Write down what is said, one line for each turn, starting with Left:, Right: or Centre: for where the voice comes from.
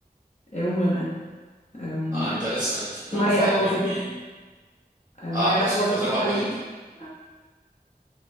Left: é, humana. É um-
Right: Ah, interessante. Então
Left: uma
Right: ele
Left: era
Right: fala
Left: pós,
Right: meio que. Ah,
Left: uma era
Right: pós-
Left: pós-apocalíptica.
Right: pós-apocalipse.